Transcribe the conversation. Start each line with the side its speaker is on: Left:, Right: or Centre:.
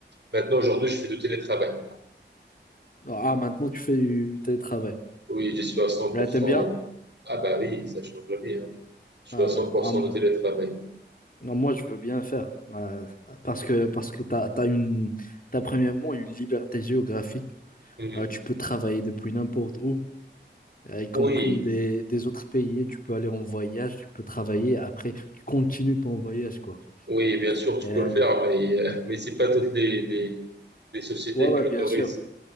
Right: Maintenant, aujourd'hui, je fais du télétravail.
Left: Ah, maintenant tu fais du télétravail.
Right: Oui, je suis à cent
Left: Ouais,
Right: pour
Left: t'aimes
Right: cent
Left: bien?
Right: Ah bah oui, ça change la vie. hein. Je suis
Left: Ah
Right: à cent
Left: ouais.
Right: pour
Left: Ah,
Right: cent
Left: m-
Right: de télétravail.
Left: non, moi, je veux bien faire. Bah parce que parce que t'as, t'as une t'as premièrement une liberté géographique.
Right: Mhm.
Left: Ah, tu peux travailler depuis n'importe où, ah, y compris
Right: Oui,
Left: des, des autres pays. Tu peux aller en voyage, tu peux travailler. Après, tu continues ton voyage, quoi.
Right: oui, bien sûr, tu
Left: Et-
Right: peux le faire, mais, euh, <laughs> mais c'est pas toutes les, les, les sociétés
Left: Ouais, ouais,
Right: qui l'autorisent.
Left: bien sûr.